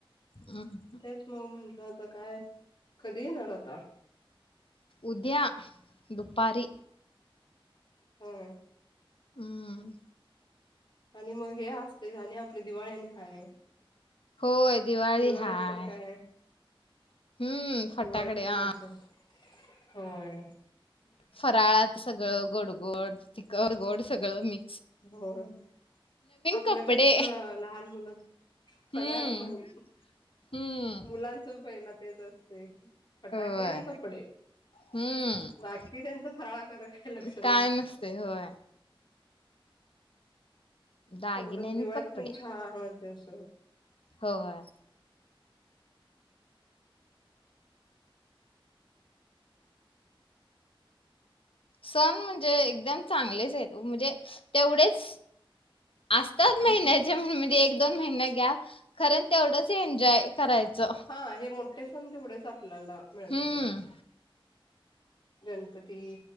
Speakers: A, on the left (about 75°); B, on the left (about 55°).
A: हम्म
B: तेच मग म्हटलं. ता काय कधी येणार होता?
A: उदया दुपारी
B: हम
A: हम्म
B: आणि मग हे असते आणि आपल्या दिवाळ आणि हाय
A: होय दिवाळी
B: दिवाळीत
A: हाय.
B: तर काय
A: हम्म फटाकडे
B: दिवाळीत पण
A: हा
B: मज्जा होय.
A: फराळात सगळं गोड -गोड तिखट गोड सगळं मी
B: होय आपल्यापेक्षा
A: कपडे
B: लहान मुलं सगळ्यात
A: हम्म
B: माईन
A: हम्म
B: मुलांचं पहिला तेच असतय फटाके
A: होय
B: आणि कपडे
A: हम्म
B: बाकी त्यांच फराळाकडे काही लक्ष
A: काय
B: नसतय.
A: नसते होय दागिने
B: तेवढच
A: आणि
B: दिवाळीत
A: कपडे
B: पण छान वाटतंय अस
A: होय सण म्ह ते एकदम चांगलेच आहेत म्हणजे तेवढेच असतात
B: हम्म
A: महिन्याचे म्हणजे एक दोन महिने घ्या कारण तेवढंच एन्जॉय करायचं
B: हां हे मोठे सण तेवढेच. आपल्याला मिळतेय
A: हम्म
B: तेनं गणपती